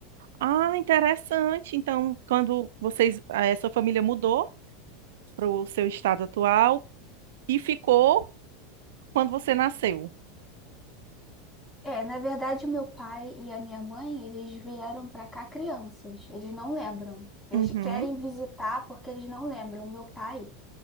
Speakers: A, on the right (about 70°); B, in the centre.
A: Ah, interessante. Então, quando vocês, a sua família mudou para o seu estado atual e ficou quando você nasceu.
B: É, na verdade, o meu pai e a minha mãe, eles vieram pra cá crianças. Eles não lembram. Eles
A: Uhum,
B: querem visitar porque eles não lembram. Meu pai